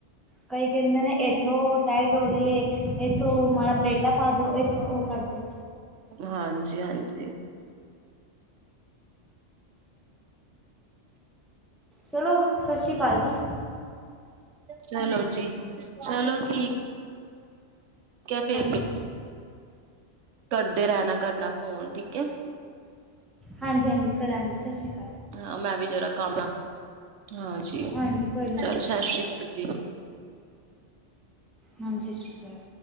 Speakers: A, in the centre; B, on the right.
A: ਕਈ ਕੇਂਦੇ ਨੇ, ਏਥੋਂ ਟਾਈਟ ਹੋ ਰਈ ਏ ਏਥੋਂ ਮਾੜਾ ਪਲੇਟਾਂ ਪਾ ਦੋ, ਏਥੋਂ ਓ ਕਰਦੋ।
B: ਹਾਂਜੀ-ਹਾਂਜੀ।
A: ਚਲੋ, ਸਤਿ ਸ਼੍ਰੀ ਕਾਲ ਜੀ।
B: ਚਲੋ ਜੀ, ਚਲੋ ਠੀਕ। ਕੇਆ ਫੇਰ
A: ਹਾਂਜੀ
B: ਨੀ ਕਰਦੇ ਰੈਨਾ, ਕਰਨਾ ਫੋਨ ਠੀਕ ਐ।
A: ਹਾਂਜੀ- ਹਾਂਜੀ, ਕਰਾਂਗੇ ਸਤਿ ਸ਼੍ਰੀ ਕਾਲ।
B: ਹਾਂ, ਮੈਂ ਵੀ ਜਰਾ ਕੰਮ ਹਾਂਜੀ
A: ਹਾਂਜੀ ਕੋਈ
B: ਚਲ ਸਤਿ ਸ਼੍ਰੀ ਕਾਲ ਜੀ।
A: ਹਾਂਜੀੇ ਸਸ ਸ਼੍ਰੀ ਕਾਲ।